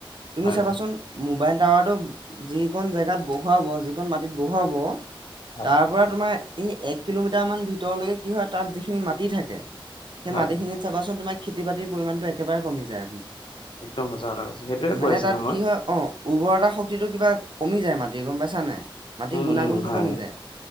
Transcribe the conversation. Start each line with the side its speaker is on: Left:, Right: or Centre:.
Right: তুমি
Left: হয়।
Right: চাবাচোন মোবাইল টাৱাৰটো যিকণ জেগাত বহুৱাব যিকণ মাটিত বহুৱাব তাৰ
Left: হয়।
Right: তাৰ পৰা তোমাৰ এই এক কিলোমিটাৰমান ভিতৰলৈকে কি হয় তাত যিখিনি মাটি থাকে সেই
Left: হয়,
Right: মাটিখিনিত
Left: হয়।
Right: চাবাচোন তোমাৰ খেতি বাতি পৰিমাণটোে একেবাৰে কমি যায়।
Left: একদম সঁচা কথা কৈছে। সেইটোৱে কৈ
Right: মানে
Left: আছিলোঁ
Right: তাত
Left: মই।
Right: কি হয় অ উৰ্বৰতা শক্তিটো কিবা কমি যায় মাটিৰ গম পাইছা নাই। মাটিৰ
Left: উম,
Right: গুণাগুণটো
Left: উম, হয়,
Right: কমি যায়।